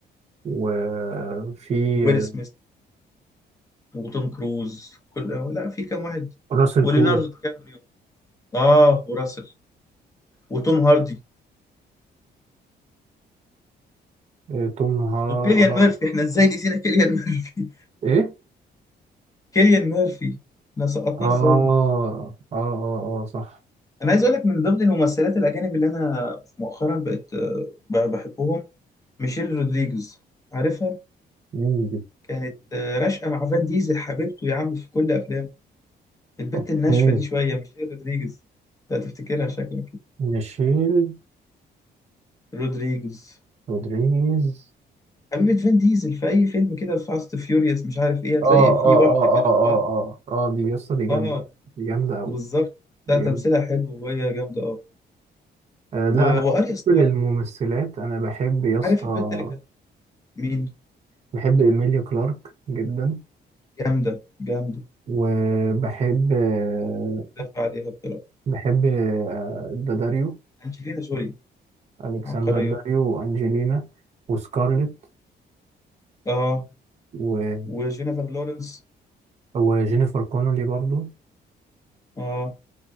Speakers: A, on the right; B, on the left.
A: آه، وفي
B: ويل
A: آه،
B: سميث وتوم كروز كل لا في كام واحد
A: راسل
B: وليوناردو
A: كرو
B: دي كابريو اه وراسل وتوم هاردي
A: آه، توم ها
B: وكيليان
A: اه
B: ميرفي احنا ازاي نسينا كيليان ميرفي
A: ايه
B: <laughs> كيليان ميرفي احنا سقطناه
A: اه اه
B: ازاي ده
A: اه اه صح
B: انا عايز اقول لك من ضمن الممثلات الاجانب اللي انا مؤخرا بقت آه، ب- بحبهم ميشيل رودريجز عارفها
A: مين دي
B: كانت آه، راشقه مع فان ديزل حبيبته يا عم في كل افلامه البت
A: اوكي
B: الناشفة دي شوية مش هي رودريجز انت هتفتكرها شكلا كده
A: نشيل
B: رودريجز
A: رودريجيز
B: حبيبة فين ديزل في أي فيلم كده في فاست فيوريوس مش عارف إيه هتلاقي
A: اه
B: في
A: اه
B: واحدة
A: اه
B: كده
A: اه اه
B: هو
A: اه اه دي يسطا دي جامدة
B: آه
A: دي جامدة أوي
B: بالظبط
A: دي
B: لا تمثيلها
A: جامدة
B: حلو وهي جامدة أوي
A: آه لا
B: و... وأريا
A: أنا بالنسبة
B: ستار
A: للممثلات أنا بحب يسطا
B: عارف البت اللي كانت مين
A: بحب إيميليا كلارك جدا
B: جامدة جامدة
A: وبحب آه
B: دافع عليها بصراحة
A: بحب آه داداريو
B: أنجلينا جولي
A: ألكسندر
B: عبقرية
A: داريو وأنجلينا وسكارلت
B: آه
A: و...
B: وجينيفر لورنس
A: وجينيفر كونولي برضو
B: آه